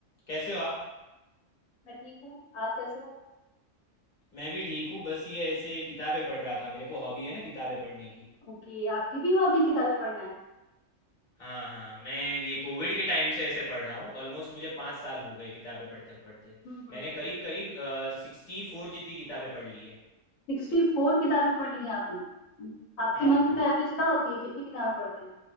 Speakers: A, on the left; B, on the left.
A: कैसे हो आप
B: मैं ठीक हूँ आप कैसे हो
A: मैं भी ठीक हूँ बस ये ऐसे किताबें पढ़ रहा था मेरे को हॉबी है ना किताबें पढ़ने की
B: ओके आपकी भी हॉबी किताबें पढ़ना है
A: हाँ हाँ मैं ये कोविड के टाइम से ऐसे पढ़ रहा हूँ ऑलमोस्ट मुझे पाँच साल हो गए किताबें पढ़ते पढ़ते
B: हम्म हम्म।
A: मैंने करीब करीब सिक्सटी फोर जितनी किताबें पढ़ ली है
B: सिक्सटी फोर किताबें पढ़ ली हैं आपने हम्म। आपकी
A: हाँ
B: मंथ
A: हाँ
B: में एवरेज क्या होती है कितनी किताबें पढ़ते हैं